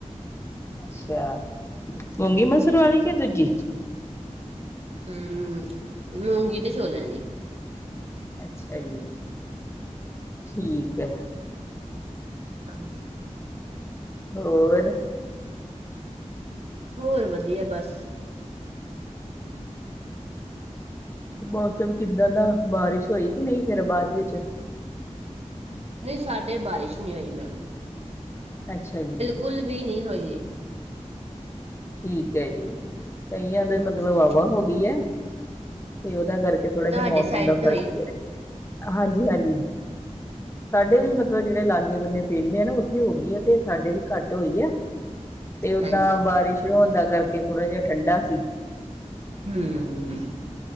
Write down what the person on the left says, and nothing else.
ਅੱਛਾ ਮੂੰਗੀ ਮਸਰ ਵਾਲੀ ਕੇ ਦੂਜੀ?
ਅੱਛਾ ਜੀ <inaudible> ਠੀਕ ਹੈ
ਹੋਰ
ਮੌਸਮ ਕਿੱਦਾਂ ਦਾ ਬਾਰਿਸ਼ ਹੋਈ ਕਿ ਨਹੀਂ ਫੇਰ ਬਾਅਦ ਵਿੱਚ।
ਅੱਛਾ ਜੀ
ਠੀਕ ਹੈ ਜੀ ਕਈਆਂ ਦੇ
ਮਤਲਬ ਵਾਵਾ ਹੋ ਗਈ ਏ। ਤੇ ਉਹਦਾ ਕਰਕੇ ਥੋੜ੍ਹਾ
ਜਿਹਾ ਮੌਸਮ
ਦਾ ਫ਼ਰਕ
ਪਿਆ ਹਾਂਜੀ ਹਾਂਜੀ। ਸਾਡੇ ਵੀ ਮਤਲਬ ਜਿਹੜੇ ਲਾਗੇ ਬੰਨੇ ਪਿੰਡ ਆ ਨਾ ਉੱਥੇ ਹੋ ਗਈ ਹੈ ਤੇ ਸਾਡੇ ਵੀ ਘੱਟ ਹੋਈ ਆ। ਤੇ ਓਦਾਂ
ਬਾਰਿਸ਼ ਸ਼ੁਰੂ ਹੁੰਦਾ ਕਰਕੇ ਥੋੜ੍ਹਾ ਜਿਹਾ ਠੰਡਾ ਸੀ।